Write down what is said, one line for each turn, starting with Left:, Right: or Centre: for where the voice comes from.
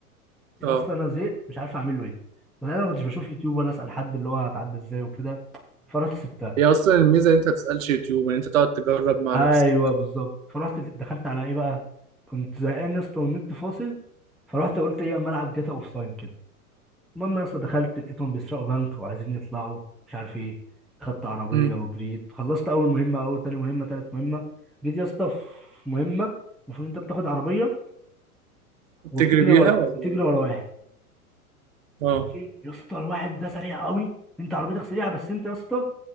Centre: يا
Right: اه
Centre: اسطى انا زهقت مش عارف اعمل له ايه وأنا ما كنتش بشوف يوتيوب ولا اسال حد اللي هو هتعدي ازاي وكده فرحت سبتها
Right: هي اصلا الميزه ان انت ما تسالش يوتيوب ان انت تقعد تجرب مع
Centre: ايوه
Right: نفسك
Centre: بالظبط فرحت دخلت على ايه بقى كنت زهقان يا اسطى والنت فاصل فرحت قلت ايه أما العب جاتا اوف لاين كده المهم يا اسطى دخلت لقيتهم بيسرقوا بنك وعايزين يطلعوا مش عارف ايه خدت عربيه
Right: امم
Centre: وجريت خلصت اول مهمه اول تاني مهمه تالت مهمه جيت يا اسطى في مهمه المفروض انت بتاخد عربيه
Right: بتجري
Centre: وبتجري
Right: بيها
Centre: ورا
Right: ولا
Centre: بتجري ورا واحد
Right: اه
Centre: ماشي؟ يا اسطى الواحد ده سريع قوي انت عربيتك سريعه بس انت يا اسطى